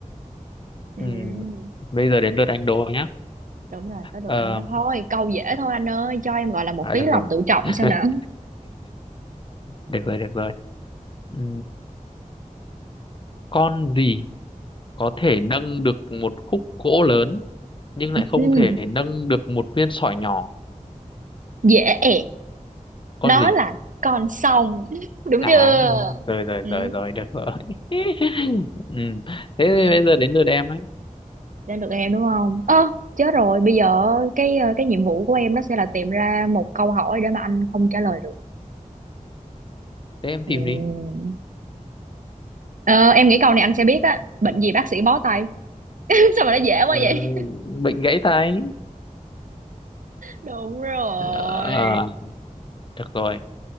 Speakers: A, on the right; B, on the left.
A: ừ,
B: ừ. bây giờ đến lượt anh Đô nhá
A: đúng rồi tới được
B: Ờ,
A: anh đó thôi câu dễ thôi anh ơi cho em gọi là một
B: à,
A: tí
B: được
A: lòng
B: rồi
A: tự trọng
B: <laughs>
A: xem nào
B: được rồi được rồi ừ. con gì có thể nâng được một khúc gỗ lớn nhưng lại
A: <laughs>
B: không
A: ừ,
B: thể nâng được một viên sỏi nhỏ
A: dễ ẹc
B: con
A: đó
B: gì
A: là con sông <laughs> đúng
B: à
A: chưa
B: rồi rồi
A: ừ,
B: rồi rồi được rồi <laughs> ừ. thế
A: ừ.
B: bây giờ đến lượt em ấy
A: đến được em đúng không ơ chết rồi bây giờ cái ờ, cái nhiệm vụ của em nó sẽ là tìm ra một câu hỏi để mà anh không trả lời được
B: Thế em
A: Ừm.
B: tìm đi.
A: Ờ, em nghĩ câu này anh sẽ biết á bệnh gì bác sĩ bó tay <laughs> sao mà nó dễ quá
B: Ừ,
A: vậy <laughs>
B: bệnh gãy tay.
A: đúng rồi
B: Ờ, được rồi.